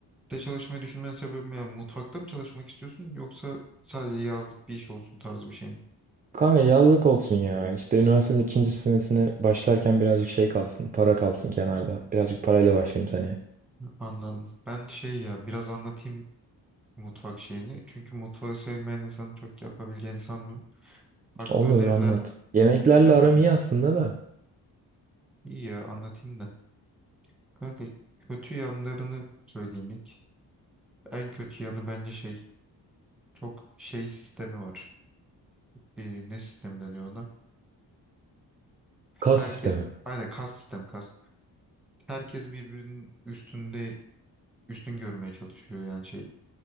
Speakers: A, in the centre; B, on the right.
A: çalışmayı düşünmenin sebebi yani mutfakta mı çalışmak istiyorsun yoksa sadece yazlık bir iş olsun tarzı bir şey mi?
B: Kanka yazlık olsun ya. İşte üniversitenin ikinci senesine
A: Hmm.
B: başlarken birazcık şey kalsın. Para kalsın kenarda. Birazcık parayla başlayayım seneye.
A: Anladım. Ben şey ya biraz anlatayım mutfak şeyini. Çünkü mutfağı sevmeyen insanın çok yapabileceğini sanmıyorum. Farklı
B: Olur
A: öneriler
B: anlat. Yemeklerle
A: şey yaparım.
B: aram iyi aslında da.
A: İyi ya anlatayım da. Kanka kötü yanlarını söyleyeyim ilk. En kötü yanı bence şey çok şey sistemi var. Ee, ne sistemi deniyor ona?
B: Kas
A: Herkes
B: sistemi.
A: aynen kas sistemi kas. Herkes birbirinin üstünde üstün görmeye çalışıyor yani şey